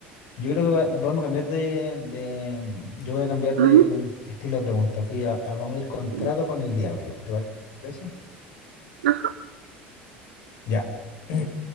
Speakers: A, on the left; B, on the right.
A: Yo creo que va- vamos a cambiar de, de- Yo voy a cambiar
B: ujú,
A: de estilo de pregunta. Fui a, a- vamos a ir contrato
B: sí,
A: con el diablo. ¿Te pare- parece?
B: ajá.
A: Ya. <clears throat>